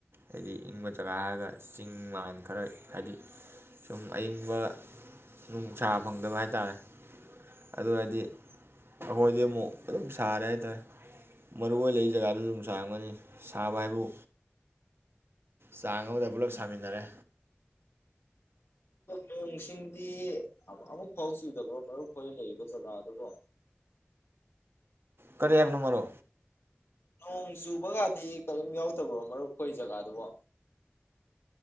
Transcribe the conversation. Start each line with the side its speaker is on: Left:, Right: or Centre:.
Right: ꯍꯥꯏꯗꯤ ꯏꯪꯕ ꯖꯒꯥ ꯍꯥꯏꯔꯒ ꯆꯤꯡ ꯃꯥꯟ ꯈꯔ ꯍꯥꯏꯗꯤ ꯁꯨꯝ ꯑꯏꯪꯕ ꯅꯨꯡꯁꯥ ꯐꯪꯗꯕ ꯍꯥꯏꯇꯥꯔꯦ ꯑꯗꯨ ꯍꯥꯏꯗꯤ ꯑꯩꯈꯣꯏꯗꯤ ꯑꯃꯨꯛ ꯑꯗꯨꯝ ꯁꯥꯔꯦ ꯍꯥꯏꯇꯥꯔꯦ ꯃꯔꯨꯑꯣ ꯑꯣꯏꯅ ꯂꯩ ꯖꯒꯥꯗ ꯑꯗꯨꯝ ꯁꯥꯔꯝꯒꯅꯤ ꯁꯥꯕ ꯍꯥꯏꯕꯨ ꯆꯥꯡ ꯑꯃꯗ ꯄꯨꯂꯞ ꯁꯥꯃꯤꯟꯅꯔꯦ
Left: ꯃꯔꯨꯞꯁꯤꯡꯗꯤ ꯑꯃꯨꯛ ꯐꯥꯎ ꯆꯨꯗꯕꯣ ꯃꯔꯨꯞ ꯈꯏ ꯂꯩꯔꯤꯕ ꯖꯒꯥ ꯑꯗꯨꯕꯨ
Right: ꯀꯔꯤ ꯍꯥꯏꯕꯅꯣ ꯃꯔꯣ
Left: ꯅꯣꯡ ꯆꯨꯕꯒꯗꯤ ꯀꯔꯤꯝ ꯌꯥꯎꯗꯕꯣ ꯃꯔꯨꯞ ꯑꯩꯈꯣꯏ ꯖꯒꯥꯗꯨꯕꯣ